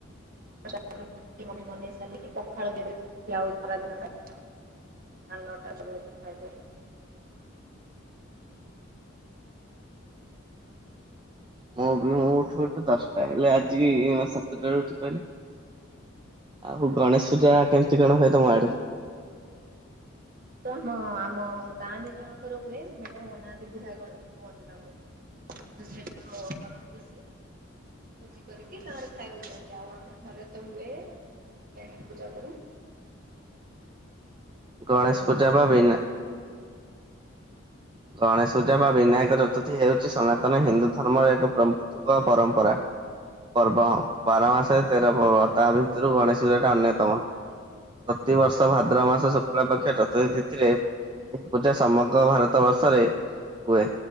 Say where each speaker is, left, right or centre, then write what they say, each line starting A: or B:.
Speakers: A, on the right; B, on the right.
A: <unintelligible> ବନେଇ ସାରିଲି କି ପଖାଳ କେ ଏବେ ଠିଆ ହ ଖରାଦିନ ପାଇଁ ସ ନଟା ସବୁ କିଛି ଖାଇବେ
B: <inaudible> ମୁଁ ବି ମୁଁ ଉଠି ଉଠ ଦଶଟା ହେଲେ ଆଜି ସାତଟ ଉଠି ପାରିଲି ଆଉ ଗଣେଶ ପୂଜା କେମତି କଣ ହୁଏ ତମ ଆଡେ
A: ମୁ ତ ଆମ ଆମ ଗାଁ ଦି ଜଣଙ୍କର ହୁଏ ମେଢ ଅନାନ୍ତି ବୁଢଧ ଗଣ କୁହନ୍ତି ତାଙ୍କୁ ତ ସେଟା କରନ୍ତି ସେ ସେ ଭୋଜି କରିକି ତାରେ ଖାଇବାକୁ ଦିଅନ୍ତି ଆଉ ଆମ ଘରେ ତ ହୁଏ ଆଣିକି ପୂଜା କରୁ।
B: <inaudible>
A: ପୂଜା
B: ଗଣେଶ
A: କରିକି
B: ପୂଜା ପା ବିନା ଗଣେଶୂଜା ବା ବିନାୟକ ଚତୁର୍ଥୀ ହେଉଛି ସନାତନ ହିନ୍ଦୁ ଧର୍ମର ଏକ ପ୍ରମୁକ ପରମ୍ପରା ପା ପର୍ବ ବାର ମାସରେ ତେର ପର୍ବ ତା ଭିତରୁ ଗଣେଶ ପୂଜା ଟା ଅନ୍ୟତମ ପ୍ରତି ବର୍ଷ ଭାଦ୍ରବ ମାସ ଶୁକ୍ଳ ପକ୍ଷ ଚତୁର୍ଥି ତିଥିରେ ଏହି ପୂଜା ସମଗ୍ର ଭାରତ । ତ ବର୍ଷରେ । ହୁଏ